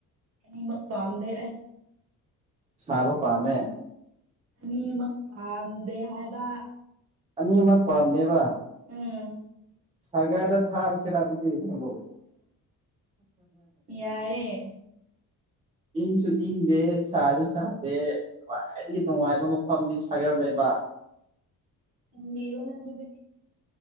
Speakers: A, on the right; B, on the right.
A: ꯅꯤ ꯃꯛꯗꯦ
B: ꯁꯥꯕ ꯄꯝꯃꯦ
A: ꯑꯅꯤꯃꯛ ꯄꯥꯥꯟꯝꯗꯦ ꯍꯥꯏꯕ
B: ꯑꯅꯤꯃꯛ ꯄꯥꯝꯗꯦꯕ
A: ꯎꯝ
B: ꯁꯥꯒꯔꯗ ꯊꯔ ꯁꯤꯔ ꯑꯗꯨꯗꯤ ꯅꯕꯣ
A: ꯌꯥꯏꯌꯦ
B: ꯏꯪꯁꯨ ꯏꯪꯗꯦ ꯁꯥꯁꯨ ꯁꯥꯗꯦ ꯈ꯭ꯋꯥꯏꯗꯒꯤ ꯅꯨꯡꯉꯥꯏꯕ ꯃꯐꯝꯗꯤ ꯁꯥꯒꯔ ꯂꯩꯕ
A: ꯃꯤꯔꯣꯅꯦ ꯍꯥꯏꯕꯗꯤ